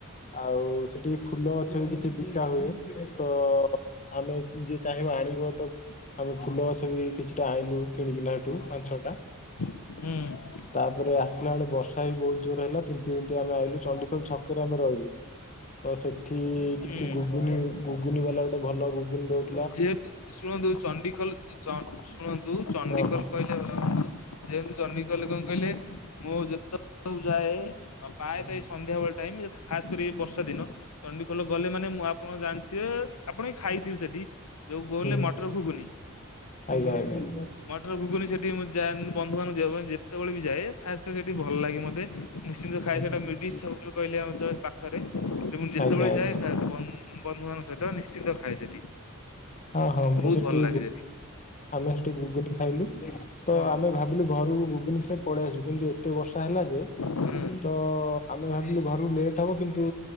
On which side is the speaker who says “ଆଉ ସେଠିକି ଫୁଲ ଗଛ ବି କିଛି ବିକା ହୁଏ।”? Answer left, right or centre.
Left